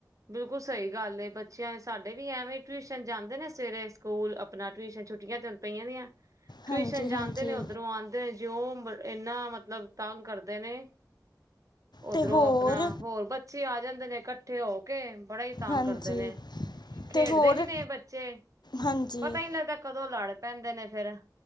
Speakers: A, on the right; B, on the left.
A: ਬਿਲਕੁਲ ਸਹੀ ਗੱਲ ਏ ਬੱਚਿਆਂ ਨੇ ਸਾਡੇ ਵੀ ਐਵੇਂ ਟਿਊਸ਼ਨ ਜਾਂਦੇ ਨੇ ਸਵੇਰੇ ਸਕੂਲ ਆਪਣਾ ਟਿਊਸ਼ਨ ਛੁੱਟੀਆਂ ਪਈਆਂ ਦੀਆਂ। ਟਿਊਸ਼ਨ
B: ਹਾਂਜੀ
A: ਜਾਂਦੇ
B: ਹਾਂਜੀ
A: ਨੇ, ਉੱਧਰੋਂ ਆਉਂਦੇ ਨੇ ਜਿ ਉਹ ਇਨਾ ਮਤਲਬ ਤੰਗ ਕਰਦੇ ਨੇ। ਓਧਰੋਂ
B: ਤੇ ਹੋਰ
A: ਆਪਣਾ ਹੋਰ ਬੱਚੇ ਆ ਜਾਂਦੇ ਨੇ ਇਕੱਠੇ ਹੋ ਬੜਾ ਹੀ ਤੰਗ
B: ਹਾਂਜੀ
A: ਕਰਦੇ ਨੇ ਖੇਡਦੇ
B: ਤੇ ਹੋਰ
A: ਵੀ ਨੇ ਬੱਚੇ
B: ਹਾਂਜੀ
A: ਪਤਾ ਹੀ ਲੱਗਦਾ ਕਦੋਂ ਲੜ ਪੈਂਦੇ ਨੇ ਫੇਰ